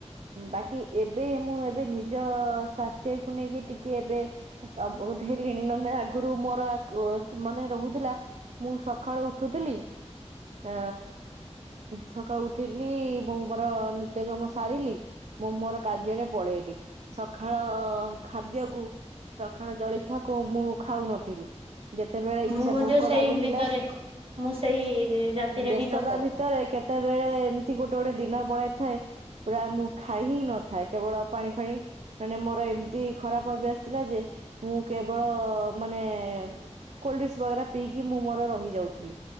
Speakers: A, on the right; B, on the right.
A: ବାକି ଏବେ ମୁଁ ଏବେ ନିଜ ସ୍ୱାସ୍ଥ୍ୟକୁ ନେଇକି ଟିକେ ଏବେ ଅବଗତ ହେଲିଣି ନାହେନେ ଆଗରୁ ମୋର ମାନେ ରହୁଥିଲା ମୁଁ ସକାଳୁ ଉଠୁଥିଲି। ଆ ସକାଳୁ ଉଠିଲି ଏବଂ ମୋର ନିତ୍ୟ କର୍ମ ସାରିଲି ମୁଁ ମୋର କାର୍ଯ୍ୟରେ ପଳେଇଲି ସକାଳ ଖାଦ୍ୟକୁ ସକାଳ ଜଳଖିଆକୁ ମୁଁ ଖାଉନଥିଲି। ଯେତେବେଳେ ଇଚ୍ଛା
B: ମୁଁ ମଧ୍ୟ
A: ଭୋକ
B: ସେଇ
A: ଲାଗୁଥିଲା
B: ଭିତରେ ମୁଁ ସେଇ ଜାତିରେ
A: ବ୍ୟସ୍ତତା
B: ହିଁ ଲୋକ
A: ଭି କେତେବେଳେ ଏମିତି ଗୋଟେ ଗୋଟେ ଦିନ ପଳେଇ ଥାଏ ପୁରା ମୁଁ ଖାଇ ହିଁ ନଥାଏ କେବଳ ପାଣି ଫାଣି ମାନେ ମୋର ଏମିତି ଖରାପ ଅଭ୍ୟାସ ଥିଲା ଯେ ମୁଁ କେବଳ ମାନେ କୋଲ୍ଡ ଡ୍ରିଙ୍କସ ବରା ପିଇକି ମୁଁ ମୋର ରହିଯାଉଥିଲି।